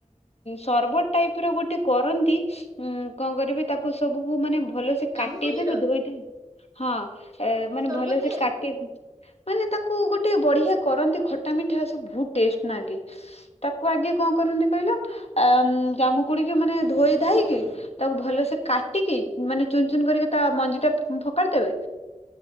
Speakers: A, on the left; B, on the right.
A: ସର୍ବର ଟାଇପ୍ ର ଗୋଟେ କରନ୍ତି। କଣ କରିବେ ତାକୁ ସବୁକୁ ମାନେ ଭଲସେ
B: ସେ ଜାମୁକୋଳିର
A: କରିଦେବେ ଧୋଇ ଧୁଆଇ, ହଁ। ଏ
B: ତାର
A: ମାନେ
B: ସର୍ବତେ
A: ଭଲସେ କାଟି, ମାନେ ତାକୁ ତାକୁ ଗୋଟେ ବଢିଆ କରନ୍ତି, ଖଟା ମିଠା ସବୁ ବହୁତ ଟେଷ୍ଟ ନାଗେ। ତାକୁ ଆଗେ କଣ କରନ୍ତି କହିଲେ? ଆମ୍, ଜାମୁ କୋଳିକୁ ମାନେ ଧୋଇ ଧାଇକି, ତାକୁ ଭଲସେ କାଟିକି ମାନେ ଚୁ ଚୁନ୍ ଚୁନ୍, କରି ତା ମଞ୍ଜି ଟା ଫକାଡ଼ି ଦେବେ